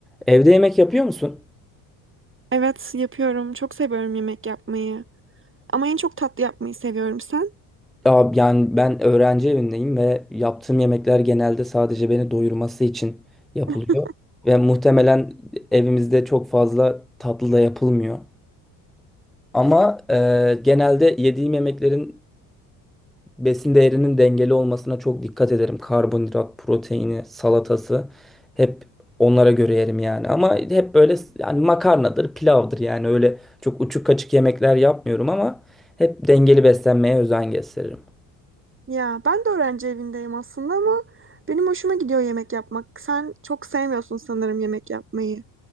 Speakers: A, in the centre; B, on the right (about 25°).
A: Evde yemek yapıyor musun?
B: Evet, yapıyorum. Çok seviyorum yemek yapmayı. Ama en çok tatlı yapmayı seviyorum. Sen?
A: Aa, yani ben öğrenci evindeyim ve yaptığım yemekler genelde sadece beni doyurması için yapılıyor.
B: <laughs>
A: Ve muhtemelen evimizde çok fazla tatlı da yapılmıyor. Ama e, genelde yediğim yemeklerin Besin değerinin dengeli olmasına çok dikkat ederim. Karbonhidrat, proteini, salatası hep onlara göre yerim yani. Ama hep böyle yani makarnadır, pilavdır yani öyle çok uçuk kaçık yemekler yapmıyorum ama hep dengeli beslenmeye özen gösteririm.
B: Ya ben de öğrenci evindeyim aslında ama benim hoşuma gidiyor yemek yapmak. Sen çok sevmiyorsun sanırım yemek yapmayı.